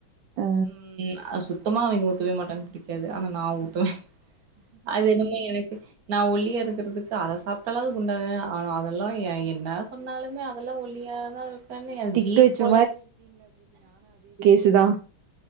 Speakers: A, on the right (about 75°); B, on the right (about 50°).
A: ஆ
B: ம் சுத்தமா அவிங்க ஊத்தவே மாட்டான்னு புடிக்காது ஆனா நா ஊத்துவே அது என்னமோ எனக்கு நா ஒல்லியா இருக்கிறதுக்கு அத சாப்பிட்டாலாவது குண்டா ஆ ஆனா அதெல்லா எ என்ன சொன்னாலுமே அ தெல்லா ஒல்லியா தா இருக்கனு அ
A: ஸ்டிக்
B: ஜீனு
A: வச்ச
B: போல
A: ச்சிதா